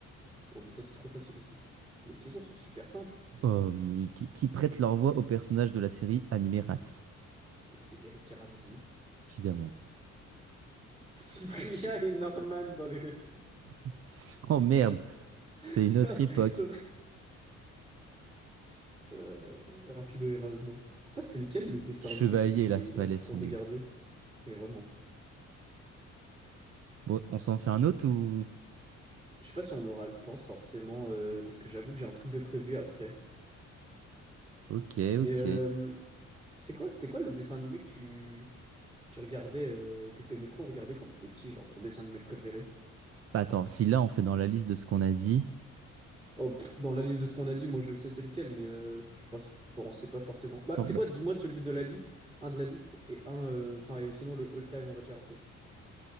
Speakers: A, on the right; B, on the right.
A: Oh, mais ça, c'est trop facile aussi. Mais les questions sont super simples.
B: Oh, mais qui, qui prêtent leur voix aux personnages de la série animée Rats,
A: Bah, c'est Eric et Ramzy,
B: évidemment.
A: <laughs> Cyprien et Norman dans les réponses.
B: <laughs> Oh merde, c'est
A: <laughs>
B: une
A: Ça-
B: autre époque.
A: ça aurait- Euh, Rapido Erasmo. Toi, c'était lequel le dessin
B: Chevalier
A: animé que t'aimais
B: et Las Palais
A: trop
B: on
A: regarder?
B: est où?
A: Mais vraiment.
B: Bon, on s'en fait un autre ou...
A: Je sais pas si on aura le temps, forcément, euh, parce que j'avoue que j'ai un truc de prévu après.
B: Ok,
A: Mais
B: ok.
A: euh, C'est quoi, c'était quoi le dessin animé que tu, tu regardais, euh, que t'aimais trop regarder quand t'étais petit, genre ton dessin animé préféré?
B: Bah attends, si là on fait dans la liste de ce qu'on a dit...
A: Oh, pff, dans la liste de ce qu'on a dit, moi je le sais c'est lequel, mais euh, je pense, bon, c'est pas forcément. Bah,
B: Attends,
A: c'est
B: bah,
A: quoi, dis-moi celui de la liste, un de la liste et un, euh, enfin, et sinon le all-time, on va dire un peu.